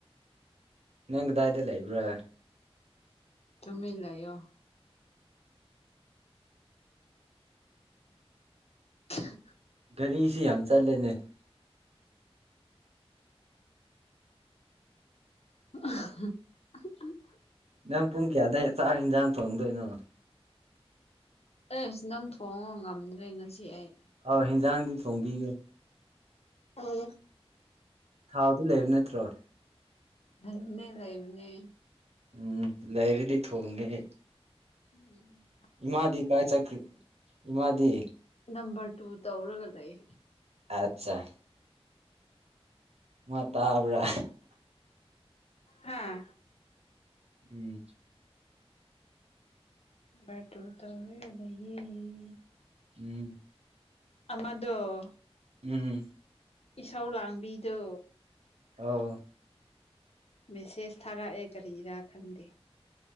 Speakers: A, on the right; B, on the left.
A: ꯅꯪꯗꯥꯏꯗꯂ ꯏꯕ꯭ꯔꯥ
B: ꯆꯃꯦꯂꯣ <inaudible>
A: ꯒꯥꯔꯤꯁꯤ ꯌꯥꯝ ꯆꯠꯂꯦꯅꯦ
B: <inaudible>
A: ꯅꯪ ꯄꯨꯡ ꯀꯌꯥꯗ ꯆꯥꯛ ꯌꯦꯟꯖꯥꯡ ꯊꯣꯡꯗꯣꯏꯅꯣ
B: ꯑꯦꯁ ꯅꯪ ꯊꯣꯡꯉꯣ ꯉꯝꯗ꯭ꯔꯦ ꯉꯁꯤ ꯑꯩ
A: ꯍꯟꯖꯥꯡꯗꯤ ꯊꯣꯡꯈꯤꯒꯦ
B: ꯎꯝ
A: ꯊꯥꯎꯗꯨ ꯂꯩꯕꯅꯦ ꯇ꯭ꯔꯥ
B: ꯂꯥꯏꯕꯅꯦ ꯂꯩꯥꯏꯕꯅꯦ
A: ꯎꯝ ꯂꯩꯔꯗꯤ ꯊꯣꯡꯒꯦ ꯍꯦꯛ
B: ꯎꯝ
A: ꯏꯃꯥꯗꯤ ꯀꯥꯏ ꯆꯀ꯭ꯔꯤ ꯏꯃꯥꯗꯤ
B: ꯅꯝꯕꯔ ꯇꯨ ꯇꯧꯔꯒ ꯂꯩ ꯑꯩ
A: ꯑꯠꯆꯥ ꯃꯥ ꯇꯥꯕ꯭ꯔꯥ
B: ꯍꯥꯥ
A: ꯎꯝ
B: ꯦꯇꯔ ꯇꯧꯔꯦꯒꯗꯌꯦ <unintelligible>
A: ꯎꯝ
B: ꯑꯃꯗꯣ
A: ꯎꯝ
B: ꯏꯁꯧ ꯂꯥꯡꯕꯤꯗꯣ
A: ꯑꯣ
B: ꯃꯦꯁꯦꯁ ꯊꯥꯔꯛꯑꯦ ꯀꯔꯤꯔꯥ ꯈꯪꯗꯦ